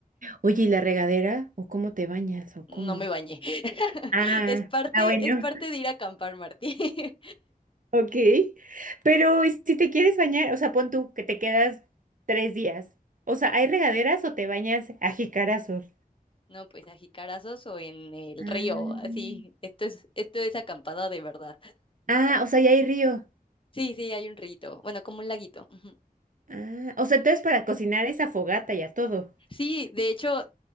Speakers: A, on the right; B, on the left.
A: Oye, ¿y la regadera? ¿O cómo te bañas? ¿O cómo?
B: No me bañé. <laughs>
A: Ah,
B: Es parte,
A: ah, bueno,
B: es parte de ir a acampar, Martí. <laughs>
A: <laughs> ok. Pero ¿y si te quieres bañar, o sea, pon tú que te quedas tres días. O sea, ¿hay regaderas o te bañas a jicarazos?
B: No, pues a jicarazos o en el
A: Ah.
B: río, así. Esto es, esto es acampada de verdad.
A: Ah, o sea, ya hay río.
B: Sí, sí, hay un rito. Bueno, como un laguito. ujú.
A: Ah, o sea, entonces para cocinar esa fogata y a todo.
B: Sí, de hecho,